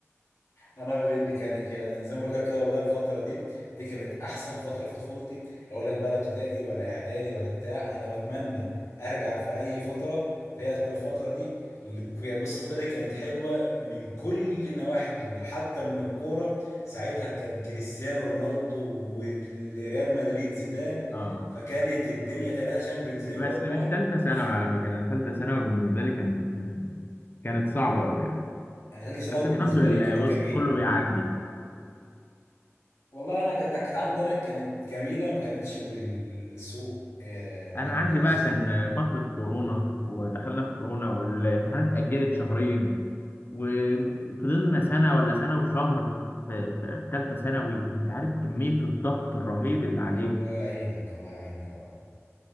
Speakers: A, on the left; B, on the left.
A: انا بإني كان كان زي ما بقول لك كده والله الفتره دي دي كانت احسن فتره في طفولتي لا اقول لك بقى لا ابتدائي ولا اعدادي ولا بتاع انا لو اتمنى ارجع في اي فتره فهي هتكون الفتره دي ال- يعني بص الفتره دي كانت حلوه من كل نواحي الدنيا حتى من الكوره ساعتها كان كريستيانو رونالدو وريال مدريد زيدان
B: اه
A: فكانت الدنيا ثلاثه شامبيونز ليج
B: بس
A: ورا بعض
B: مش تالتة ثانوي
A: يا
B: على فكرة يعني تالتة ثانوي بالنسبة لي كانت كانت صعبة أوي يعني
A: انا ثالثه ثانوي
B: بس الحمد
A: بالنسبه
B: لله
A: لي كانت
B: بص
A: جميله
B: كله بيعدي
A: والله انا كانت كانت عندي انا كانت جميله ما كانتش بالسوء آه، ما
B: أنا
A: ما
B: عندي
A: كانتش
B: بقى
A: سيئه
B: كان فترة كورونا ودخلنا في كورونا والامتحانات اتأجلت شهرين وفضلنا سنة ولا سنة وشهر في, في, في تالتة ثانوي وأنت عارف كمية الضغط الرهيب اللي عليك
A: الله يعينك الله يعينك اه